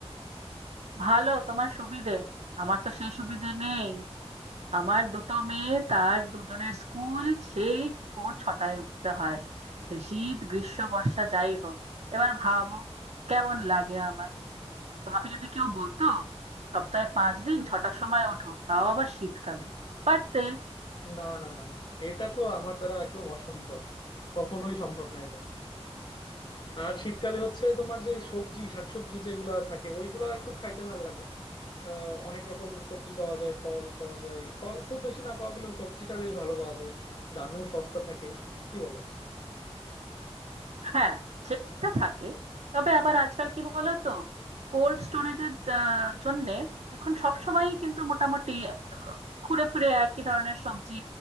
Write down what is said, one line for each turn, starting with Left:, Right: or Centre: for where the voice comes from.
Right: ভালো তোমার সুবিধে আমার তো সেই সুবিধে নেই আমার দুটো মেয়ে তার দুজনের স্কুল সেই ভোর ছটায় উঠতে হয় সে শীত গ্রীষ্ম বর্ষা যাই হোক এবার ভাবো কেমন লাগে আমার তোমাকে যদি কেউ বলতো সপ্তাহে পাঁচ দিন ছটার সময় ওঠো তাও আবার শীতকালে পারতে
Left: না না না এটা তো আমার দ্বারা একদম অসম্ভব কখনোই সম্ভব না এটা আর শীতকালে হচ্ছে তোমার যে সবজি শাকসবজি যেগুলা থাকে ওইগুলা একটু খাইতে ভালো লাগে আহ, অনেক রকম সবজি পাওয়া যায় ফল পাওয়া যায় ফল খুব বেশি না পাওয়া গেলেও সবজিটা বেশ ভালো পাওয়া যায় দামেও সস্তা থাকে কি বলো
Right: হ্যাঁ সেটা থাকে তবে আবার আজকাল কি বলো তো কোল্ড স্টোরেজের জন্যে এখন সব সময়ই কিন্তু মোটামুটি ঘুরে ফিরে একই ধরনের সবজি